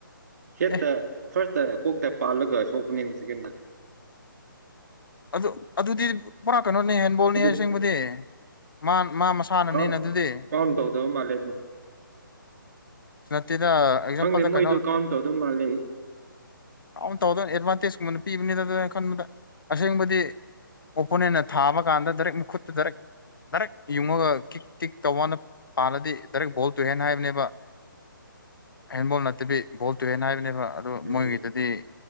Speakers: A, on the right; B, on the left.
A: ꯍꯦꯠꯇ
B: ꯑꯦ
A: ꯐꯥꯔꯁꯇ ꯀꯣꯛꯇ ꯄꯜꯛ ꯁꯣꯄꯅꯤꯅꯤ ꯁꯤ ꯀꯦꯟꯗ
B: ꯑꯗꯨ ꯑꯗꯨꯗꯤ ꯄꯨꯔꯥ ꯀꯩꯅꯣꯅꯦ ꯍꯦꯟꯕꯣꯜꯅꯦ
A: ꯑꯗꯨ
B: ꯑꯁꯦꯡꯕꯗꯤ ꯃꯥ ꯃꯥ ꯃꯁꯥꯅꯅꯤꯅ
A: ꯀꯥꯎꯟ
B: ꯑꯗꯨꯗꯤ
A: ꯀꯥꯎꯟ ꯇꯧꯗꯕ ꯃꯥꯜꯂꯦ ꯑꯗꯨ
B: ꯗ ꯑꯦꯛꯖꯥꯝꯄꯜꯗ
A: ꯈꯪꯗꯦ ꯃꯣꯏꯗꯣ
B: ꯀꯩꯅꯣ
A: ꯀꯥꯎꯟ ꯇꯧꯗꯕ ꯃꯥꯜꯂꯦ
B: ꯑꯟ ꯇꯥꯎꯗꯣ ꯑꯦꯗꯋꯥꯇꯦꯖ ꯀꯃ ꯄꯤꯅꯤꯗ ꯑꯗꯨ ꯈꯟꯕꯗ ꯑꯁꯦꯡꯕꯗꯤ ꯑꯣꯄꯣꯅꯦꯟꯅ ꯊꯥꯕ ꯀꯥꯟꯗ ꯗꯥꯏꯔꯦꯛ ꯃꯈꯨꯠꯇ ꯗꯥꯏꯦꯛ ꯗꯥꯏꯔꯦꯛ ꯌꯨꯡꯉꯒ ꯀꯤꯛ ꯇꯤꯛ ꯇꯧ ꯋꯥꯅ ꯄꯥꯜꯂꯗꯤ ꯗꯥꯏꯔꯦꯛ ꯚꯣꯜ ꯇꯨꯍꯦꯅ ꯍꯥꯏꯕꯅꯦꯕ ꯍꯦꯟꯦꯟꯕꯣꯜ ꯅꯠꯇꯕꯤ ꯣꯜ ꯇꯨ ꯍꯦꯟ ꯍꯥꯏꯕꯅꯦꯕ ꯑꯗꯨ
A: ꯎꯝ
B: ꯃꯣꯏꯒꯤꯗꯨꯗꯤ